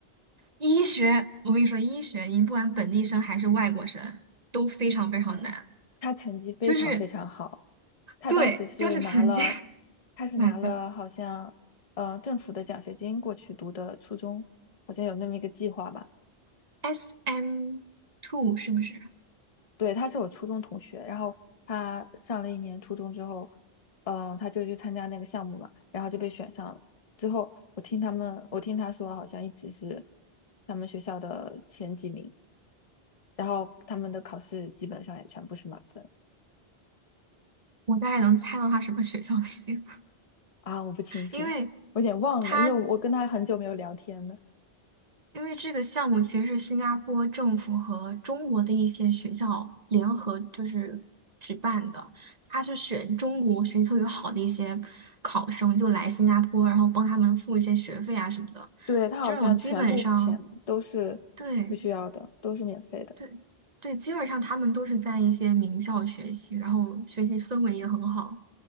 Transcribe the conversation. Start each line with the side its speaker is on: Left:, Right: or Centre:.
Right: 医学，我跟你说，医学你不管本地生还是外国生都非常非常难，
Left: 他成绩非常非常好，
Right: 就是
Left: 他当时是拿了，
Right: 对，就是成绩 <laughs>
Left: 他是拿了好像呃政府的奖学金过去读的初中，
Right: 满分。
Left: 好像有那么一个计划吧。
Right: SM two 是不是？
Left: 对，他是我初中同学，然后他上了一年初中之后，呃，他就去参加那个项目嘛，然后就被选上了。之后我听他们，我听他说，好像一直是他们学校的前几名，然后他们的考试基本上也全部是满分
Right: 我大概能猜到他什么学校了已经，
Left: 啊，我不清楚，
Right: 因为
Left: 我有点忘了，
Right: 他
Left: 因为我跟他很久没有聊天了。
Right: 因为这个项目其实是新加坡政府和中国的一些学校联合就是举办的，他是选中国学习特别好的一些考生就来新加坡，然后帮他们付一些学费啊什么的。
Left: 对，他好像全部钱都是不需要的，
Right: 这种基本上，对
Left: 都是免费的。
Right: 对对，基本上他们都是在一些名校学习，然后学习氛围也很好，